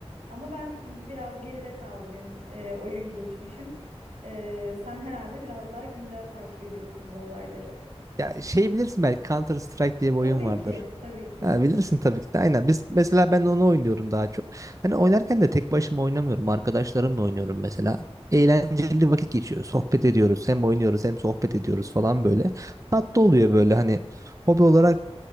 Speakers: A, on the right (about 80°); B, on the right (about 30°).
A: Ama ben biraz geride kaldı benim e, oyun geçmişim. E, sen herhalde biraz daha güncel takip ediyorsun bu olayları.
B: Ya şey bilirsin belki Counter Strike diye bir oyun
A: Tabii
B: vardır.
A: ki, tabii ki.
B: Ha, bilirsin tabii ki de. Aynen. Biz mesela ben onu oynuyorum daha çok. Hani oynarken de tek başıma oynamıyorum. Arkadaşlarımla oynuyorum mesela. Eğlenceli vakit geçiyor. Sohbet ediyoruz. Hem oynuyoruz hem sohbet ediyoruz falan böyle. Tatlı oluyor böyle hani hobi olarak